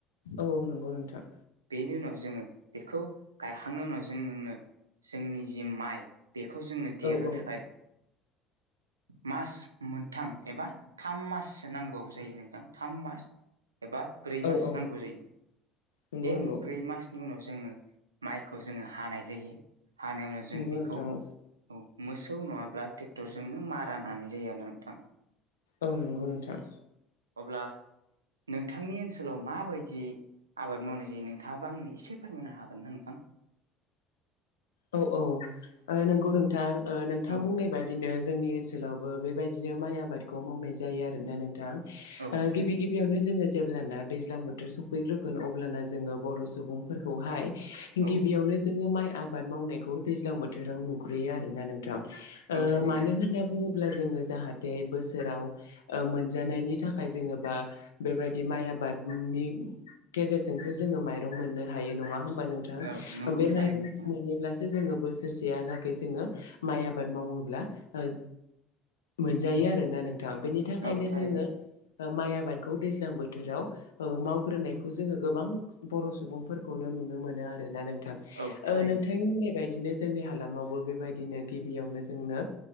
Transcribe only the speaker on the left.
औ औ नंगौ नोंथां
औ औ
औ
औ
नंगौ
नंगौ
नंगौ
नोंथां औ
औ नंगौ नोंथां।
औ औ औ नंगौ नोंथां नोंथाङा
बुंनाय बादिनो जोंनि ओनसोलावबो बेबायदिनो माइ आबादखौ मावनाय जायो आरोना नोंथां।
गिबि गिबियावनो जोङो जेब्लाना दैज्लां बोथोर सफैग्रोगोन अब्लाना जोङो बर' सुबुंफोरखौहाय गिबियावनो
जोङो माइ आबाद मावनायखौ दैज्लां बोथोराव नुग्रोयो आरोना नोंथां ओ
मानो होनना बुङो ब्ला जोङो जाहाथे बोसोराव मोनजानायनि थाखाय जोङो बा बेबायदि माइ आबादनि गेजेरजोंसो जोङो माइरं मोननो हायो नङा होम नोंथां
बे
माइरं
खो मोनोब्लासो जोङो बोसोरसेहालागै जोङो माइ आबाद मावोब्ला ओ मोनजायो आरोना नोंथां बेनि थाखायनो
जोङो माइ आबादखौ दैज्लां बोथोराव मावग्रोनायखौ जोङो गोबां बर' सुबुंफोरखौनो नुनो मोनो आरोना नोंथां।
ओ नोंथांमोननि बायदिनो जोंनि हालामावबो बेबायदिनो गिबियावनो जोंनो